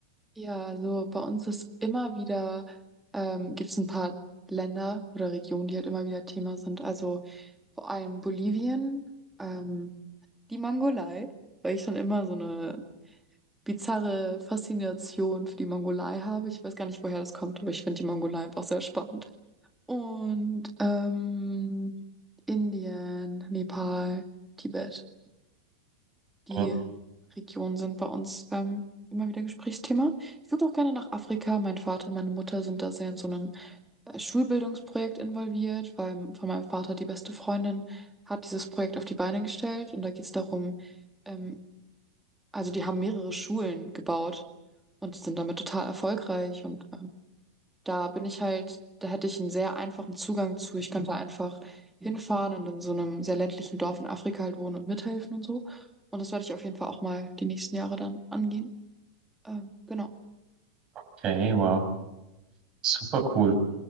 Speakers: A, in the centre; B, on the right.
A: Ja, also bei uns ist immer wieder, ähm, gibt es ein paar Länder oder Regionen, die halt immer wieder Thema sind. Also vor allem Bolivien, ähm, die Mongolei, weil ich schon immer so eine bizarre Faszination für die Mongolei habe. Ich weiß gar nicht, woher das kommt, aber ich finde die Mongolei einfach sehr spannend. Und ähm, Indien, Nepal, Tibet. Die
B: Ja.
A: Regionen sind bei uns ähm, immer wieder Gesprächsthema. Ich würde auch gerne nach Afrika. Mein Vater und meine Mutter sind da sehr in so einem äh, Schulbildungsprojekt involviert, weil von meinem Vater die beste Freundin hat dieses Projekt auf die Beine gestellt. Und da geht es darum, ähm, also die haben mehrere Schulen gebaut und sind damit total erfolgreich und ähm, da bin ich halt, da hätte ich einen sehr einfachen Zugang zu. Ich kann da einfach hinfahren und in so einem sehr ländlichen Dorf in Afrika halt wohnen und mithelfen und so. Und das werde ich auf jeden Fall auch mal die nächsten Jahre dann angehen. Ähm, genau.
B: Okay, wow. Super cool.